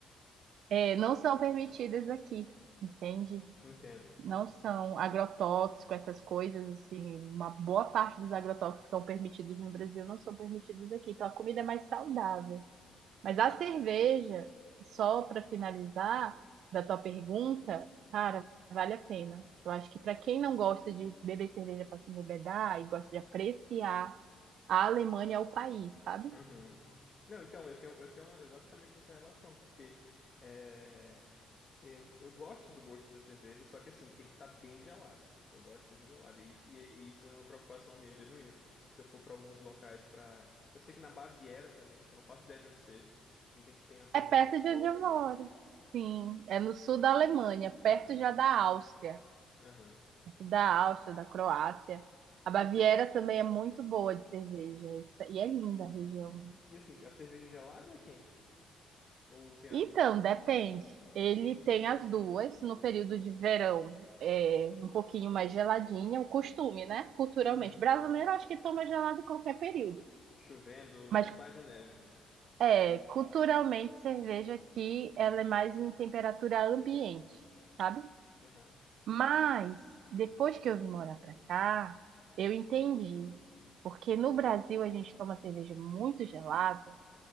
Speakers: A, on the right (about 70°); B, on the left (about 40°).
A: É, não são permitidas aqui, entende?
B: Entendo.
A: Não são agrotóxico, essas coisas, assim, uma boa parte dos agrotóxicos que são permitidos no Brasil não são permitidos aqui. Então, a comida é mais saudável. Mas a cerveja, só para finalizar da tua pergunta, cara, vale a pena. Eu acho que para quem não gosta de beber cerveja para se embebedar e gosta de apreciar, a Alemanha é o país, sabe?
B: Uhum. Não, então, eu tenho, eu tenho exatamente essa relação, porque é, Eu, eu gosto do gosto da cerveja, só que assim, tem que estar bem gelada. Eu gosto de cerveja gelada. E isso, e é- e isso é uma preocupação minha, genuína. Se eu for para alguns locais para. Eu sei que na Baviera também, que eu não faço ideia de onde seja, dizem que tem uma cerveja
A: É perto
B: muito boa
A: de onde eu
B: também.
A: moro. Sim, é no sul da Alemanha,
B: Ah,
A: perto já da Áustria,
B: aham.
A: perto da Áustria, da Croácia.
B: Eu,
A: A Baviera
B: eu sei.
A: também é muito boa de cerveja, isso- e é linda a região.
B: E assim, a cerveja gelada ou é quente? Ou tem as
A: Então,
B: duas?
A: depende. Ele
B: Hum,
A: tem as duas. No período de verão, é um pouquinho mais geladinha, o costume, né? Culturalmente.
B: aham.
A: Brasileiro, acho que toma gelado em qualquer período.
B: Chovendo,
A: Mas,
B: até debaixo de neve.
A: é, culturalmente, cerveja aqui, ela é mais em temperatura ambiente, sabe?
B: Aham.
A: Mas, depois que eu vim morar pra cá, eu entendi. Porque no Brasil a gente toma cerveja muito gelada